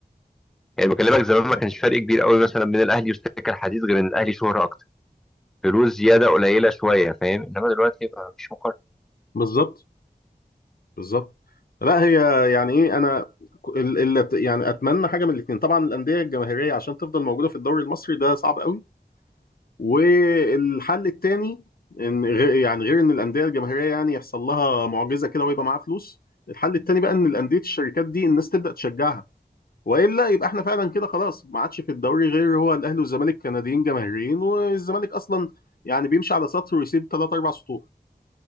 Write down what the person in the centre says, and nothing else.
يعني بكلمك زمان ما كانش فرق كبير قوي مثلا بين الاهلي والسكه الحديد غير ان الاهلي شهره اكتر فلوس زياده قليله شويه فاهم انما دلوقتي ما فيش مقارنه